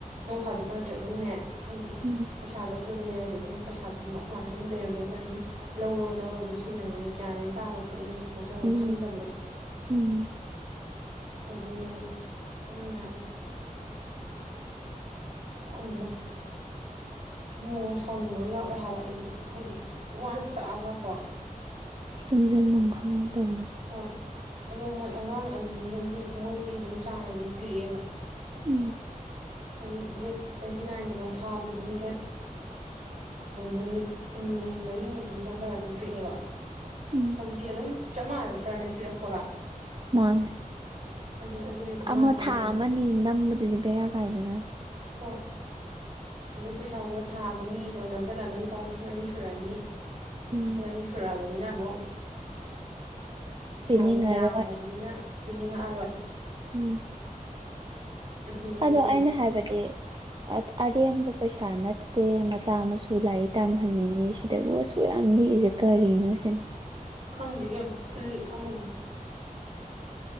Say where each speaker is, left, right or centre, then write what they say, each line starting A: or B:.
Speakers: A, on the right (about 55°); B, on the right (about 35°).
A: ꯅꯣꯡ ꯐꯥꯗꯣꯛꯀ ꯅꯠꯇ꯭ꯔꯦ ꯑꯗꯨꯝꯅꯦ ꯍꯥꯏꯗꯤ
B: ꯎꯝ
A: ꯄꯩꯁꯥꯗꯣ ꯑꯆꯣꯏꯕ ꯂꯩꯔꯗꯤ ꯑꯗꯨꯝ ꯄꯩꯁꯥꯗꯣ ꯑꯗꯨꯝ ꯑꯩꯈꯣꯏ ꯃꯥꯅ ꯑꯗꯨꯝꯔꯝꯕꯁꯦ ꯑꯗꯨꯝ ꯂꯧꯔ ꯂꯧꯔ ꯑꯗꯨꯝ ꯁꯤꯖꯤꯟꯅꯔꯕꯅꯤꯅ ꯒ꯭ꯌꯥꯟꯅꯦꯅ ꯇꯥꯗꯕꯗꯣ ꯑꯩꯅꯁꯨ ꯇꯨꯡꯖꯟꯕꯝ
B: ꯎꯝ
A: ꯈꯪꯗꯕꯗꯨ ꯑꯗꯨ
B: ꯎꯝ
A: ꯑꯗꯨꯅ‌ꯦꯕꯥ ꯑꯗꯨꯅ ꯈꯥꯎꯗꯣ ꯑꯃꯨꯃꯨꯛ ꯁꯥꯎꯅꯤꯡꯕ ꯌꯥꯎꯔꯛꯑꯦ ꯍꯥꯏꯕ ꯑꯩꯗꯣ ꯍꯥꯏꯗꯤ ꯋꯥꯟꯁ ꯇꯛꯑꯒꯀꯣ
B: ꯇꯨꯡꯖꯦꯜꯕꯝ ꯈꯪꯉ ꯇꯧꯔꯣ
A: ꯍꯣꯏ ꯑꯗꯣ ꯃꯣꯏ ꯑꯉꯥꯡ ꯑꯅꯤ ꯑꯃꯗꯤ ꯃꯣꯏꯗꯤ ꯑꯗꯨꯝ ꯆꯥꯡꯅꯩ ꯑꯗꯨꯝ ꯄꯤꯔꯛꯑꯦꯕ
B: ꯎꯝ
A: ꯍꯥꯏꯗꯤ ꯗꯦꯠ ꯇ꯭ꯋꯦꯟꯇꯤ ꯅꯥꯏꯟꯗꯒ ꯐꯥꯕꯁ ꯑꯗꯨꯝ ꯗꯦꯠ ꯅꯨꯃꯤꯠ ꯍꯨꯝꯅꯤ ꯃꯔꯤꯅꯤ ꯑꯗꯨꯝ ꯆꯣꯟꯊꯔꯒ ꯑꯗꯨꯝ ꯄꯤꯔꯛꯑꯦꯕ
B: ꯎꯝ
A: ꯑꯗꯨꯗꯤ ꯑꯗꯨꯝ ꯆꯞ ꯃꯥꯟꯅꯗ꯭ꯔꯅꯦ ꯄꯤꯔꯛꯄꯒ
B: ꯃꯥꯥꯟꯅꯦ
A: ꯑꯗꯨꯅ ꯑꯗꯨꯗꯤ ꯑꯗꯨꯝ
B: ꯑꯃ
A: ꯃꯥꯟꯅꯕꯅꯤꯅ
B: ꯊꯥ ꯑꯃꯅꯤ ꯅꯝꯕ ꯑꯗꯨꯗꯤ ꯕꯦꯔꯥ ꯀꯥꯏꯗꯅ
A: ꯍꯣꯏ ꯑꯗꯨꯗꯩ ꯄꯩꯁꯥꯗꯣ ꯊꯥ ꯑꯃꯅꯤ ꯗꯣ ꯅꯝꯖꯜꯂꯝꯃ ꯂꯨꯄꯥ ꯂꯤꯁꯤꯡ ꯑꯅꯤ ꯁꯨꯔꯛꯑꯅꯤ
B: ꯎꯝ
A: ꯂꯤꯁꯤꯡ ꯑꯅꯤ ꯁꯨꯔꯥ ꯃꯅꯤꯅ ꯑꯃꯨꯛ ꯄꯩꯁꯥꯗꯣ
B: ꯄꯤꯅꯤꯡꯉꯔꯣꯏ
A: ꯌꯥꯝꯃꯕꯅꯤꯅ ꯄꯤꯅꯤꯡꯉꯛꯑꯔꯣꯏ
B: ꯎꯝ
A: ꯑꯗꯨꯅꯤ ꯃꯤ
B: ꯑꯗꯣ
A: ꯇꯧꯔꯤꯁꯦ
B: ꯑꯩꯅ ꯍꯥꯏꯕꯗꯤ ꯑꯔꯦꯝꯕ ꯄꯩꯁꯥ ꯅꯠꯇꯦ ꯃꯆꯥ ꯃꯁꯨ ꯂꯥꯏꯔꯤꯛ ꯇꯝꯍꯟꯅꯤꯡꯅꯤ ꯁꯤꯗꯕꯨ ꯑꯁꯨꯛ ꯌꯥꯝ ꯅꯤꯛꯏꯁꯦ ꯀꯔꯤꯅꯣ ꯁꯤꯅꯤ
A: ꯈꯪꯗꯦꯕꯦꯝ ꯈꯨꯜꯂꯤꯛ ꯑꯃꯅꯤ